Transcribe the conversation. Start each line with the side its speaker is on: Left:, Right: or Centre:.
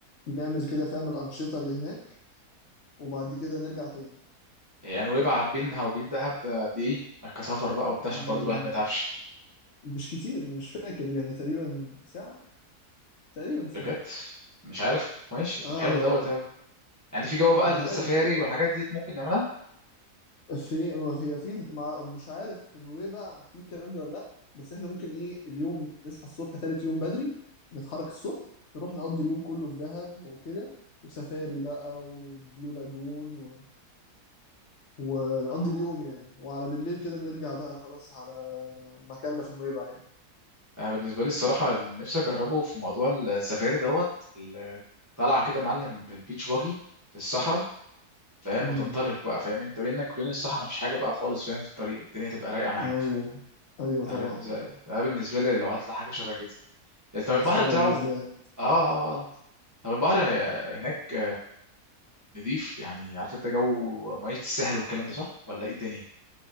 Left: نعمل كده فاهم الأنشطة اللي هناك وبعد كده نرجع تاني
Right: يعني ويبقى بينها وبين دهب قد ايه يعني كسفر بقى وبتاع
Left: مم،
Right: عشان برضو الواحد ما يتعبش
Left: مش كتير مش فاكر يعني تقريبا ساعة تقريبا ساعة
Right: بجد مش عارف ماشي طب
Left: اه
Right: حلو دوت اوي يعني في جو بقى
Left: ده
Right: السفاري
Left: حلو كده
Right: والحاجات دي ممكن نعملها
Left: في هي في مع- مش عارف في نويبع في الكلام ده ولا لا بس احنا ممكن ايه اليوم نصحى الصبح تالت يوم بدري نتحرك الصبح نروح نقضي اليوم كله في دهب وكده وسفاري بقى والبلو لاجون و... ونقضي
Right: اه
Left: اليوم يعني وعلى بالليل كده نرجع بقى خلاص على مكاننا في نويبع يعني
Right: انا بالنسبه لي الصراحه نفسي اجربه في موضوع السفاري دوت ال- طالعه كده معلم بالبيتش واجي في الصحراء فاهم
Left: امم
Right: وتنطلق بقى فاهم انت بينك وبين الصحراء مفيش حاجه بقى خالص فاهم في الطريق الدنيا تبقى رايقه معاك
Left: ايوه ايوه
Right: انا
Left: طبعا
Right: بالنسبه لي انا بالنسبه لي لو هطلع حاجه شبه كده طب
Left: ومع
Right: البحر
Left: اصحابك
Right: بتاعه
Left: بالذات
Right: اه اه آه. طب البحر هناك نضيف يعني عارف انت جو ميه الساحل والكلام ده صح ولا ايه الدنيا